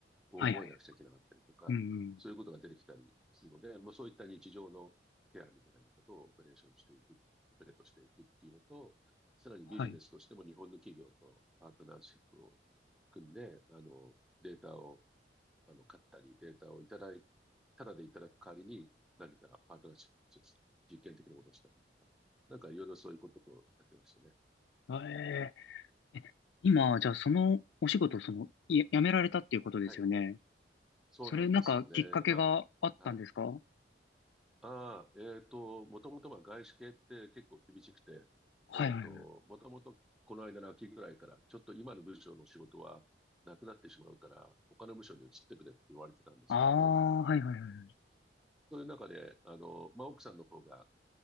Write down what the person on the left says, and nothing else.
はい、はい。うん、うん。
はい。
あえーえ、今、じゃあ、そのお仕事、その、や、やめられたっていうことですよね。
それ、なんか、きっかけがあったんですかはい、
はい、
はい。
ああ、はい、はい、はい。